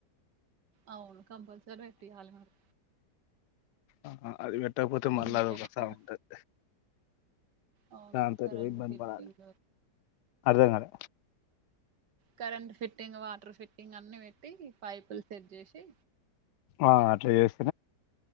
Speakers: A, on the right (about 70°); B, on the left (about 70°).
A: అవును కంపల్సరి పెట్టియాలే మరి
B: అహా అది పెట్టకపోతే మళ్ళా
A: ఉమ్,
B: అదొక
A: పెడతాం.
B: సావు ఉంటది
A: అవును
B: దాంతోటి
A: కరెంటు
B: పోయి ఇబ్బంది
A: ఫిట్టింగ్
B: పడాలి అర్థం కాలే
A: కరెంట్ ఫిట్టింగ్ వాటర్ ఫిట్టింగ్ అన్ని పెట్టి పైపులు సెట్ జేషి
B: ఆ అట్ల చేస్